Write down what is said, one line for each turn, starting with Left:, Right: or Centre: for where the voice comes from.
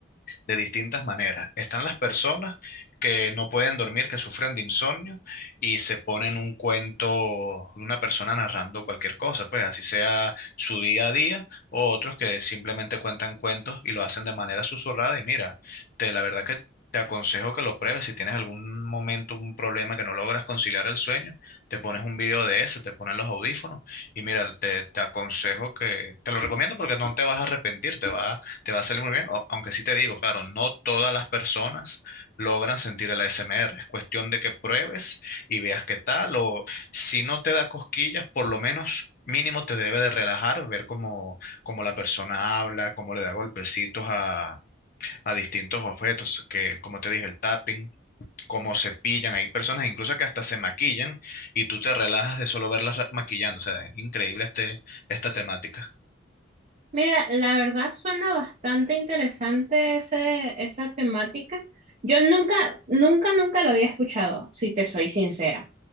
Left: de distintas maneras. Están las personas que no pueden dormir, que sufren de insomnio y se ponen un cuento de una persona narrando cualquier cosa, pues así sea su día a día, o otros que simplemente cuentan cuentos y lo hacen de manera susurrada y mira, te, la verdad que... Te aconsejo que lo pruebes si tienes algún momento, un problema que no logras conciliar el sueño, te pones un video de ese, te pones los audífonos y mira, te, te aconsejo que, te lo recomiendo porque no te vas a arrepentir, te va te va a salir muy bien, o- aunque sí te digo, claro, no todas las personas logran sentir el ASMR. Es cuestión de que pruebes y veas qué tal, o si no te da cosquillas, por lo menos mínimo te debe de relajar, ver cómo, cómo la persona habla, cómo le da golpecitos a, a distintos objetos, que como te dije, el tapping. cómo se pillan, hay personas incluso que hasta se maquillan y tú te relajas de solo verlas ra- maquillando, o sea, es increíble este, esta temática.
Right: Mira, la verdad suena bastante interesante ese, esa temática. Yo nunca, nunca, nunca lo había escuchado, si te soy sincera,